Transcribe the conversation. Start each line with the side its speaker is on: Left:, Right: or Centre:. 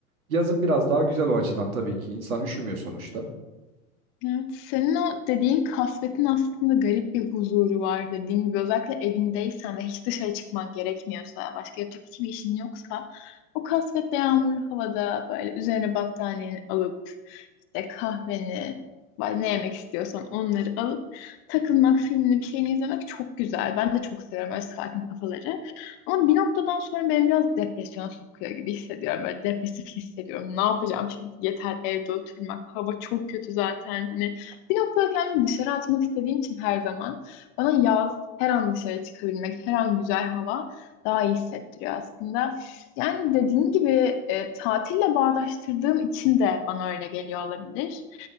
Right: Yazın biraz daha güzel o açıdan tabii ki. İnsan üşümüyor sonuçta.
Left: Evet, senin o dediğin kasvetin aslında garip bir huzuru var dediğin gibi özellikle evindeysen ve hiç dışarı çıkman gerekmiyorsa başka yapacak hiçbir işin yoksa o kasvetli yağmurlu havada böyle üzerine battaniyeni alıp işte kahveni böyle ne yemek istiyorsan onları alıp takılmak filmini bir şeyini izlemek çok güzel. Ben de çok seviyorum öyle sakin kafaları. Ama bir noktadan sonra beni biraz depresyona sokuyor gibi hissediyorum. Böyle depresif hissediyorum. Ne yapacağım şimdi? Yeter evde oturmak. Hava çok kötü zaten. Hani bir noktada kendimi dışarı atmak istediğim için her zaman bana yaz, her an dışarı çıkabilmek, her an güzel hava daha iyi hissettiriyor aslında. Yani dediğin gibi e, tatille bağdaştırdığım için de bana öyle geliyor olabilir.